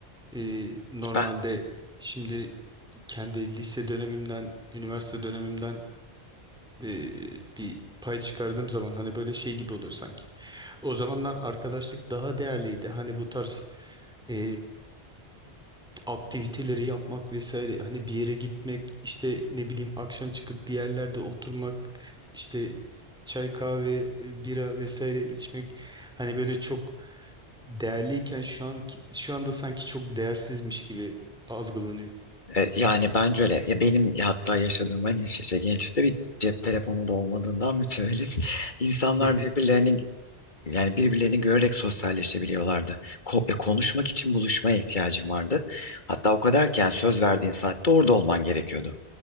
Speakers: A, in the centre; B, on the left.
A: e, normalde
B: Ben
A: şimdi kendi lise dönemimden, üniversite dönemimden e, bir pay çıkardığım zaman hani böyle şey gibi oluyor sanki. O zamanlar arkadaşlık daha değerliydi. Hani bu tarz e, aktiviteleri yapmak vesaire hani bir yere gitmek işte ne bileyim akşam çıkıp bir yerlerde oturmak işte çay kahve e, bira vesaire içmek hani böyle çok değerliyken şu an şu anda sanki çok değersizmiş gibi algılanıyor.
B: e, yani bence öyle. Ya benim hatta yaşadığım hani şey, şey, gençlikte bir cep telefonu da olmadığından <laughs> mütevellit insanlar
A: Hı hı.
B: birbirlerini yani birbirlerini görerek sosyalleşebiliyorlardı. Ko- e, konuşmak için buluşmaya ihtiyacım vardı. Hatta o kadar ki yani söz verdiğin saatte orada olman gerekiyordu.